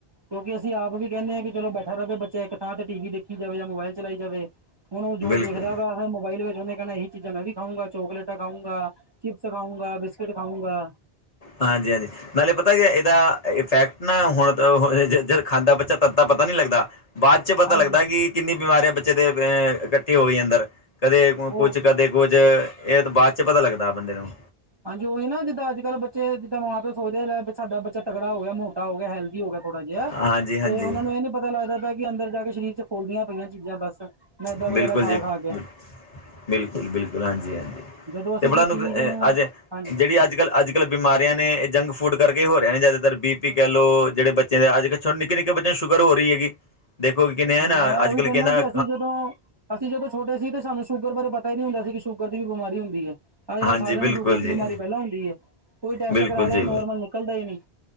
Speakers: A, on the right (about 30°); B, on the left (about 40°).
A: ਕਿਉਂਕਿ ਅਸੀਂ ਆਪ ਵੀ ਕਹਿੰਨੇ ਆ ਕਿ ਚਲੋ ਬੈਠਾ ਰਵੇ ਬੱਚਾ ਇੱਕ ਥਾਂ ਤੇ ਟੀ ਵੀ ਦੇਖੀ ਜਾਵੇ ਜਾਂ ਮੋਬਾਇਲ ਚਲਾਈ ਜਾਵੇ। ਹੁਣ ਉਹ ਜੋ
B: ਬਿਲਕੁਲ
A: ਦੇਖਦਾ ਪਿਆ ਏ, ਮੋਬਾਈਲ ਵਿੱਚ ਉਨੇ ਕਹਿਣਾ ਏਹੀ, ਚੀਜ਼ਾਂ ਮੈਂ ਵੀ ਖਾਊਂਗਾ, ਚੌਕਲੇਟਾਂ ਖਾਊਂਗਾ, ਚਿਪਸ ਖਾਊਂਗਾ, ਬਿਸਕਿਟ ਖਾਊਂਗਾ।
B: ਹਾਂਜੀ, ਹਾਂਜੀ। ਨਾਲੇ ਪਤਾ ਕਿਆ ਇਹਦਾ ਇਫੈਕਟ ਨਾ ਹੁਣ ਹੁ ਜਦੋਂ ਖਾਂਦਾ ਬੱਚਾ ਤਦ ਤਾਂ ਪਤਾ ਨੀ ਲੱਗਦਾ। ਬਾਅ ਚ ਪਤਾ
A: ਹਾਂਜੀ
B: ਲੱਗਦਾ ਕਿ ਕਿੰਨੀ ਬਿਮਾਰੀਆਂ ਬੱਚੇ ਦੇ ਅ ਇਕੱਠੇ ਹੋ ਗਈ ਅੰਦਰ, ਕਦੇ
A: ਉਹ
B: ਕੁਝ ਕਦੇ ਕੁੱਝ, ਇਹ ਤਾਂ ਬਾਅ ਚ ਪਤਾ ਲੱਗਦਾ ਬੰਦੇ ਨੂੰ।
A: ਹਾਂਜੀ ਉਹੀ ਨਾ ਜਿੱਦਾ ਅੱਜ ਕੱਲ ਬੱਚੇ ਜਿੱਦਾਂ ਮਾਂ ਪਿਓ ਸੋਚਦੇ ਵੀ ਸਾਡਾ ਬੱਚਾ ਤਕੜਾ ਹੋ ਗਿਆ, ਮੋਟਾ ਹੋ ਗਿਆ, ਹੈਲਦੀ ਹੋ ਗਿਆ ਥੋੜਾ ਜਿਹਾ
B: ਹਾਂਜੀ ਹਾਂਜੀ
A: ਤੇ ਉਨਾ ਨੂੰ ਇਹ ਨੀ ਪਤਾ ਲੱਗਦਾ ਪਿਆ ਕਿ ਅੰਦਰ ਜਾ ਕੇ ਸਰੀਰ ਚ ਫੁਲਦੀਆਂ ਪਈਆਂ ਚੀਜ਼ਾਂ ਬਸ। ਮੈਦਾ
B: ਬਿਲਕੁਲ
A: ਵਗੈਰਾ ਖਾ-ਖਾ
B: ਜੀ
A: ਕੇ।
B: ਬਿਲ ਬਿਲਕੁਲ, ਬਿਲਕੁਲ ਹਾਂਜੀ-ਹਾਂਜੀ
A: ਜਦੋਂ ਅਸੀਂ
B: ਤੇ ਇਹ ਬੜਾ
A: ਕੋਈ
B: ਨੁ
A: ਚੀਜ਼ ਨੂੰ
B: ਅੱਜ
A: ਹਾਂਜੀ
B: ਜਿਹੜੀ ਅੱਜ ਕੱਲ੍ਹ ਅੱਜ ਕਲ ਬਿਮਾਰੀਆਂ ਨੇ ਜੰਕ ਫੂਡ ਕਰਕੇ ਹੋ ਰਿਹਾ ਨੇ ਜ਼ਿਆਦਾਤਰ, ਬੀ ਪੀ ਕਹਿ ਲੋ ਜਿਹੜੇ ਬੱਚੇ ਦੇ ਅੱਜ ਛੋ ਨਿੱਕੇ, ਨਿੱਕੇ ਬੱਚਿਆਂ ਨੂੰ ਸ਼ੂਗਰ ਹੋ ਰਹੀ ਹੈਗੀ, ਦੇਖੋ ਕਿਹਨੇ ਹੈ ਨਾ
A: ਮੈਂ
B: ਅੱਜ
A: ਉਹੀ
B: ਕੱਲ
A: ਕਹਿੰਦਾ
B: ਕੀ ਨਾ
A: ਕਿ ਅਸੀਂ ਜਦੋਂ ਅਸੀਂ ਜਦੋਂ ਛੋਟੇ ਸੀ ਤੇ ਸਾਨੂੰ ਸ਼ੂਗਰ ਬਾਰੇ ਪਤਾ ਈ ਨੀ ਹੁੰਦਾ ਸੀ ਕਿ ਸ਼ੂਗਰ ਦੀ ਵੀ ਬਿਮਾਰੀ ਹੁੰਦੀ ਐ। ਅੱਜ ਕੱਲ੍ਹ
B: ਹਾਂਜੀ
A: ਸਾਰਿਆਂ
B: ਬਿਲਕੁਲ
A: ਨੂੰ ਸ਼ੂਗਰ ਦੀ
B: ਜੀ
A: ਬਿਮਾਰੀ ਪਹਿਲਾਂ ਹੁੰਦੀ ਐ। 'ਕੋਈ ਟੈਸਟ
B: ਬਿਲਕੁਲ
A: ਕਰਾ ਲਓ
B: ਜੀ
A: ਨੋਰਮਲ ਨਿਕਲਦਾ ਈ ਨੀ।